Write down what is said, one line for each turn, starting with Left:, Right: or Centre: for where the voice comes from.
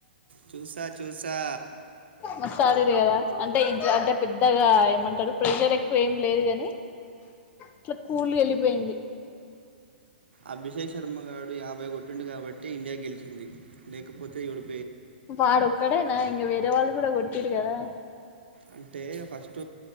Right: చూసా చూసా
Left: మస్తు ఆడిండ్రు కదా అంటే ఇట్ల అంటే పెద్దగా ఏమంటారు ప్రెషర్ ఎక్కువ ఏం లేదు కాని ఇట్లా కూల్గా వెళ్ళిపోయింది
Right: అభిషేక్ శర్మ గాడు యాభై కొట్టిండు కాబట్టి ఇండియా గెలిచింది లేకపోతే ఏడు
Left: వాడు ఒక్కడేనా ఇంక వేరే వాళ్ళు కూడా కొట్టిండ్రు కదా
Right: అంటే ఫస్ట్